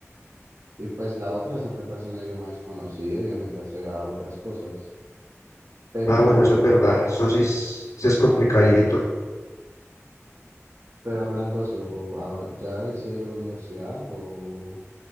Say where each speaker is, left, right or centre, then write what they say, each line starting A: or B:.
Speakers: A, on the right; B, on the left.
A: Y pues la otra es enfrentarse a un idioma desconocido y enfrentarse a otras cosas. Pero,
B: Ah, bueno, eso es verdad. Eso sí es, sí es complicadito.
A: pero hablando de eso, ah, ¿ya decidieron universidad o